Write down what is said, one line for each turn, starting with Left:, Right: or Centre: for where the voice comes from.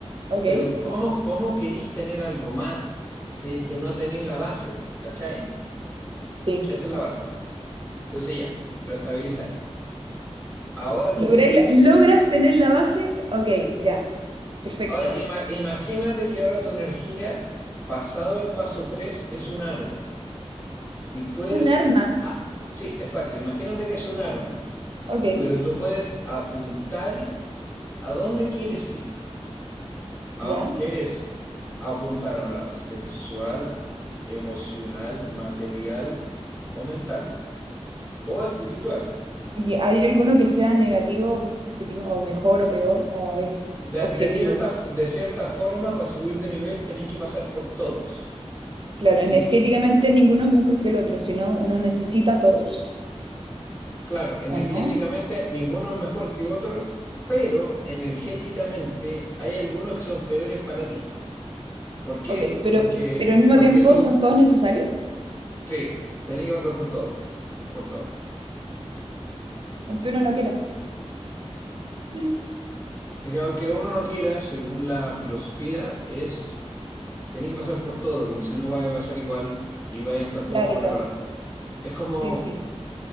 Right: Ok,
Left: Pero ¿cómo, cómo queréis tener algo más si es que no tenéis la base? ¿Cachai?
Right: sí.
Left: Esa es la base. Entonces ya, lo estabilizáis. Ahora
Right: ¿Logré
Left: tú puedes,
Right: la- ¿Logras tener la base? Ok, ya, perfecto.
Left: ahora ima- imagínate que ahora tu energía, pasado el paso 3, es un arma. Y puedes,
Right: Un arma.
Left: ah, sí, exacto, imagínate que es un arma,
Right: Ok,
Left: pero tú puedes apuntar a dónde quieres ir. A-
Right: ya.
Left: ¿Quieres apuntar a un lado sexual, emocional, material o mental? O espiritual.
Right: ¿Y hay alguno que sea negativo, positivo, o mejor o peor, o es
Left: De,
Right: objetivo?
Left: de cierta, de cierta forma, para subir de nivel, tenéis que pasar por todos.
Right: Claro,
Left: Si,
Right: energéticamente ninguno es mejor que el otro, sino uno necesita a todos,
Left: Claro, energéticamente
Right: ¿o no?
Left: ninguno es mejor que otro, pero energéticamente hay algunos que son peores para ti. ¿Por qué?
Right: Ok, pero,
Left: Porque,
Right: pero al mismo
Left: porque
Right: tiempo
Left: tú,
Right: son todos necesarios,
Left: sí, tenés que pasar por todo, por todo.
Right: aunque uno no quiera. Mm.
Left: Es que aunque uno no quiera, según la filosofía, es, tenés que pasar por todo, porque si no va a pasar igual y vaya a estar
Right: Claro,
Left: poco preparado. Es como,
Right: sí, sí,